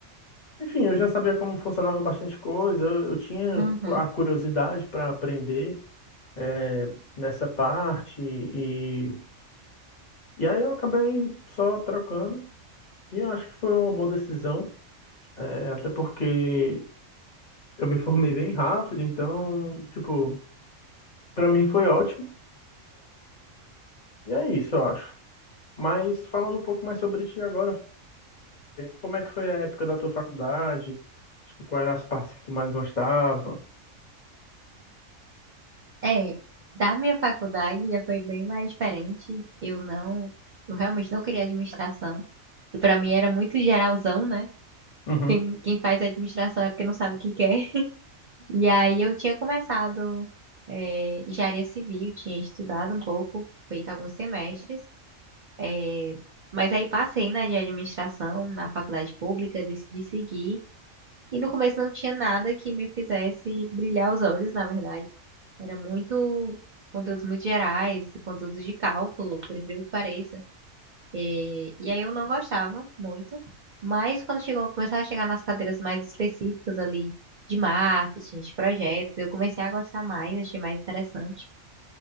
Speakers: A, on the left; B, on the right.
A: enfim, eu já sabia como funcionava bastante coisa, eu, eu tinha
B: Uhum.
A: a curiosidade para aprender é, nessa parte e, e aí eu acabei só trocando e eu acho que foi uma boa decisão, é, até porque eu me formei bem rápido, então, tipo, para mim foi ótimo e é isso, eu acho. Mas falando um pouco mais sobre ti agora. Como é que foi a época da tua faculdade? Tipo, quais eram as partes que tu mais gostava?
B: É, da minha faculdade já foi bem mais diferente. Eu não, eu realmente não queria administração. E para mim era muito geralzão, né?
A: Uhum,
B: Quem, quem faz administração é porque não sabe o que quer. <laughs> E aí eu tinha começado é, engenharia civil, tinha estudado um pouco, feito alguns semestres. É, mas aí passei na de administração, na faculdade pública, decidi seguir. E no começo não tinha nada que me fizesse brilhar os olhos, na verdade. Era muito conteúdos muito gerais, conteúdos de cálculo, por incrível que pareça. É, e aí eu não gostava muito. Mas quando chegou, começava a chegar nas cadeiras mais específicas ali de marketing, de projetos, eu comecei a gostar mais, achei mais interessante.